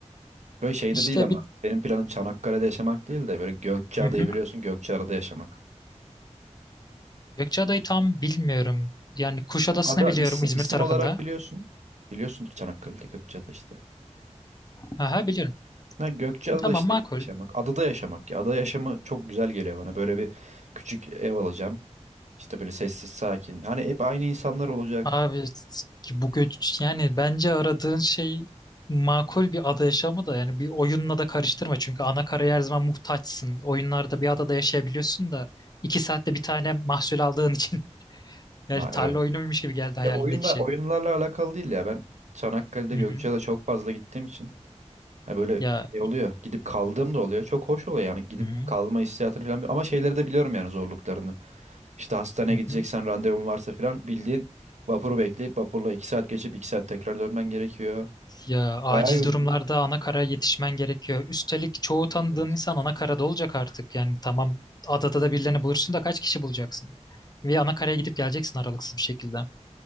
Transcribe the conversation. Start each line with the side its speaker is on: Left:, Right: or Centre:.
Right: Böyle şeyde
Left: İşte
Right: değil ama
Left: bir
Right: benim planım Çanakkale'de yaşamak değil de böyle Gökçeada'yı
Left: hı hı.
Right: biliyorsun Gökçeada'da yaşamak.
Left: Gökçeada'yı tam bilmiyorum. Yani Kuşadası'nı
Right: Yani ada
Left: biliyorum
Right: isim,
Left: İzmir
Right: isim
Left: tarafında.
Right: olarak biliyorsun. Biliyorsundur Çanakkale'de Gökçeada işte.
Left: Aha biliyorum.
Right: Ha, Gökçeada'da
Left: Tamam
Right: işte
Left: makul.
Right: yaşamak. Adada yaşamak ya. Ada yaşamı çok güzel geliyor bana. Böyle bir küçük ev alacağım. İşte böyle sessiz sakin. Hani hep aynı insanlar olacak.
Left: Abi bu göç yani bence aradığın şey makul bir ada yaşamı da yani bir oyunla da karıştırma çünkü ana karaya her zaman muhtaçsın. Oyunlarda bir adada yaşayabiliyorsun da iki saatte bir tane mahsul aldığın için <laughs> yani
Right: Ha
Left: tarla
Right: evet.
Left: oyunuymuş gibi geldi hayalindeki
Right: Ya oyunda
Left: şey.
Right: oyunlarla alakalı değil ya. Ben Çanakkale'de
Left: Hı
Right: Gökçeada
Left: hı.
Right: çok fazla gittiğim için Ha böyle
Left: Ya
Right: şey oluyor. Gidip kaldığım da oluyor. Çok hoş oluyor yani gidip
Left: hı hı.
Right: kalma hissiyatını falan. bi- Ama şeyleri de biliyorum yani zorluklarını. İşte hastaneye
Left: Hı
Right: gideceksen
Left: hı.
Right: randevun varsa falan bildiğin vapuru bekleyip vapurla 2 saat geçip 2 saat tekrar dönmen gerekiyor.
Left: Ya acil
Right: Bayağı yorucu.
Left: durumlarda ana karaya yetişmen gerekiyor. Üstelik çoğu tanıdığın
Right: Evet.
Left: insan ana karada olacak artık. Yani tamam adada da birilerini bulursun da kaç kişi bulacaksın? Ve ana karaya gidip geleceksin aralıksız bir şekilde.